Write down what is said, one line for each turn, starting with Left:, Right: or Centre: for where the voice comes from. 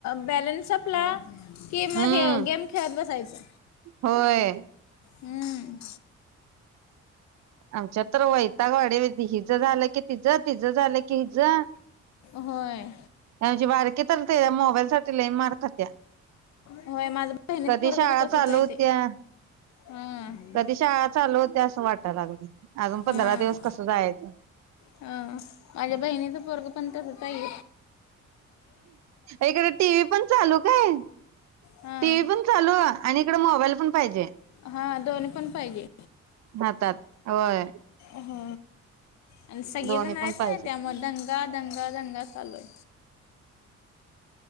Left: बॅलन्स सपला की मग
Right: हम्म
Left: हे गेम खेळत बसायचं
Right: होय.
Left: हम्म
Right: आमच्यात तर वैताग वाडी हिजं झालं की तिच तिजं झालं की कि ज
Left: होय
Right: आची बारकी चालते मोबाईल साठी लई मारखत्या
Left: होय माझं बहिणीचं
Right: कधी
Left: पोरग
Right: शाळा
Left: बी तसंच
Right: चालू
Left: आहे
Right: होत्या
Left: ते हां
Right: कधी शाळा चालू होत्या असं वाटत लाग अजून पंधरा
Left: हां
Right: दिवस कसं जायाचं
Left: हां माझ्या बहिणीच पोरग पण तसचय
Right: इकडे टी वी पण चालू काय
Left: हां
Right: टीव पण चालू आणि इकड मोबाईल पण पाहिजे
Left: हा दोन पण पाहिजे
Right: म्हातात होय
Left: ह आणि सगळि
Right: दोन्ही
Left: जण आहेत
Right: पण पाहिजे
Left: कनी त्यामुळे दंगा दंगा दंगा चाललंय.